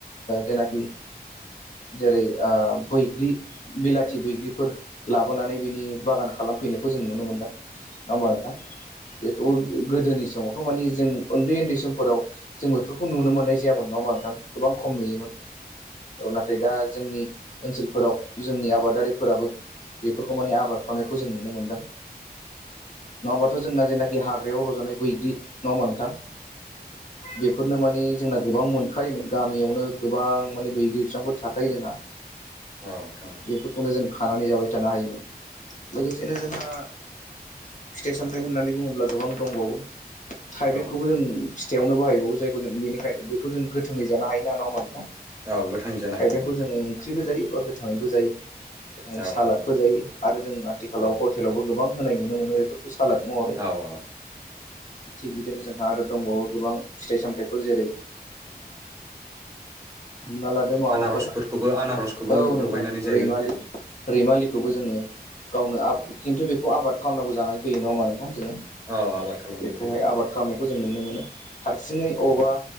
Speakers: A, on the left (about 50°); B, on the right (about 15°).
A: जेनाखि जेरै बैग्रि बिलाथि खाथि बैग्रिफोर लाबोनानै बेनि बागान खालामफैनायखौ जों नुनो मोन्दों। नबा नोंथां बेखौ गोदोनि समाव थ' मानि जों उन्दै उन्दै समफोराव जों बेफोरखौ नुनो मोननाय जायामोन नङामा नोंथां? गोबां खम नुयोमोन औ नाथाय दा जोंनि ओनसोलफोराव जोंनि आबादारिफोराबो बेफोरखौ माने आबाद खालामनायखौ जों नुनो मोनदों नङाबाथ' जोंना जेना हाग्रायाव रजानाय बैग्रि न' मानथाम बेफोरनो मानि जोंना गोबां मोनखायोमोन गामियावनो गोबां माने बैग्रि बिफांफोर थाखायो जोंहा
B: औ औ
A: बेफोरखौनो जों खानानै जाबाय थानो हायोमोन। लोगोसेनो जोंहा फिथाइ सामथाइ होननानै बुङोब्ला गोबां दंबावो थाइबेंखौबो
B: औ नोंथां
A: जों फिथाइावनो बाहायबावो जायखौ जों बेनिखायनो बेखौ जों गोथोंङै जानो हायो ना नाोमबा नोंथां
B: औ गोथां जानो
A: थाइबेंखौ
B: हायो औ
A: जोङो ओंख्रिबो जायो बा गोथाङैबो जायो गोथाङै
B: औ
A: सालाद
B: नोंथां
A: फोजायो आरो जों आथिखालाव
B: औ
A: हटेलावबो गोबां होनाय नुनो मोनो बेफोरखौ सालाद महरै
B: औ नोंथां
A: थिग बिदिनो जों हा आरो दंबावो गोबां फिथाइ सामथाइफोर जेरै हमना लादो माबाफोर
B: आनारसफोरखौबो आनारसखौबो
A: औ नोंथां
B: लगायनानै जायो
A: रैमालि रैमालि जोङो गावनो
B: औ
A: खिन्थु बेखौ आबाद खालामनांगौ जानानै फैयो नङा मानोना जों
B: औ आबाद खालामनांगौ
A: बेखौहाय
B: जायो
A: आबाद खालामनायखौ जों नुनो मोनो। हारसिङै
B: औ
A: अबेबा